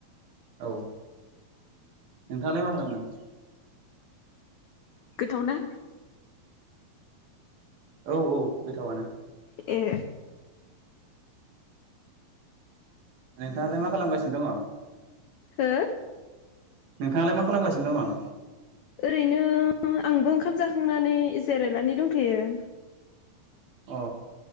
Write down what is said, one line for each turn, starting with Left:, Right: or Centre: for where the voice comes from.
Right: औ नोंथाङालाय मा खालामदों
Left: गोथावना
Right: औ औ गोथावानो
Left: ए
Right: नोंथाङालाय मा खालामगासिनो दङ
Left: हो
Right: नोंथाङालाय मा खालामगासिनो दङ
Left: ओरैनो आंबो ओंखाम जाखांनानै जिरायनानै दंथ'यो
Right: अ